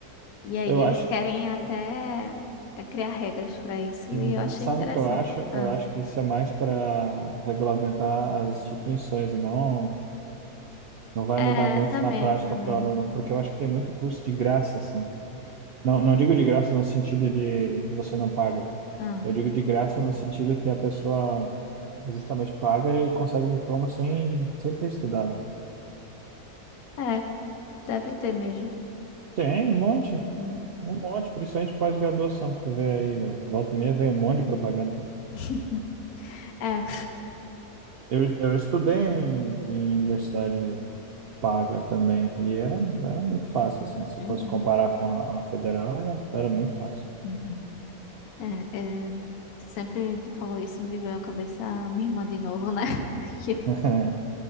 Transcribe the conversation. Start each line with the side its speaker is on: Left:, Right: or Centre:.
Left: E aí
Right: Eu
Left: eles
Right: acho,
Left: querem até é, criar regras para isso,
Right: uhum.
Left: e eu achei
Right: Sabe
Left: interessante.
Right: o que eu acho? Eu
Left: Ah,
Right: acho que isso é mais para regulamentar as instituições e não Não vai
Left: é,
Right: mudar muito
Left: também,
Right: na prática
Left: também.
Right: para o aluno, porque eu acho que tem muito curso de graça, assim. Não, não digo de graça no sentido de que você não paga.
Left: Ah,
Right: Eu digo de graça no sentido que a pessoa justamente paga e consegue um diploma sem, sem ter estudado.
Left: é, deve ter mesmo.
Right: Tem um monte,
Left: Uhum.
Right: um monte, principalmente pós-graduação, que tu vê aí, ó, volta e meia vem um monte de propaganda.
Left: <laughs> É.
Right: Eu, eu estudei em, em universidade paga também, e era, era muito fácil, assim, se
Left: Uhum,
Right: fosse comparar com a, a federal, era, era muito fácil.
Left: uhum. É, é, sempre tu falou isso, me veio à cabeça a minha irmã de novo, né? <laughs> Porque,
Right: <laughs>